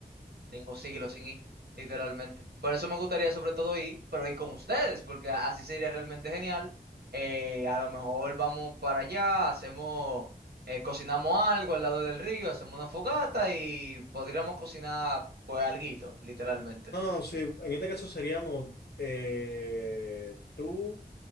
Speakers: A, on the right; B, on the left.
A: Tengo siglos sin ir, literalmente. Por eso me gustaría sobre todo ir, pero ir con ustedes, porque a- así sería realmente genial. Eh, a lo mejor vamos para allá, hacemos, eh, cocinamos algo al lado del río, hacemos una fogata y podríamos cocinar pues alguito, literalmente.
B: No, sí, en este caso seríamos eh, tú,